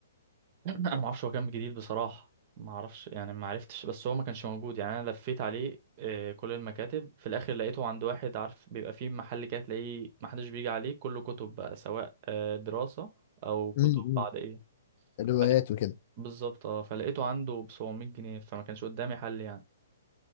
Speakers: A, on the right; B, on the left.
A: <laughs> انا ما اعرفش هو كان جديد بصراحه ما اعرفش يعني ما عرفتش بس هو ما كانش موجود يعني انا لفيت عليه آه، كل المكاتب في الاخر لقيته عند واحد عارف بيبقى فيه محل كده تلاقيه ما حدش بيجي عليه كله كتب بقى سواء آه، دراسه او كتب
B: امم
A: بعد ايه
B: روايات
A: فلا-
B: وكده
A: بالظبط اه فلقيته عنده ب 700 جنيه فما كانش قدامي حل يعني